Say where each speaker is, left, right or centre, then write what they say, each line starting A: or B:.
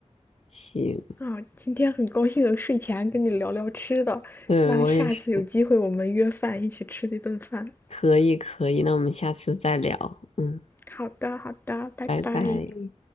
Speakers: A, on the left; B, on the left.
A: 行，
B: 啊，今天很高兴睡前跟你聊聊吃的，
A: 对，
B: 那下次有机会我们约饭一起吃一顿饭。
A: 我也是，可以可以。那我们下次再聊，嗯，
B: 好的，好的，拜拜。
A: 拜拜。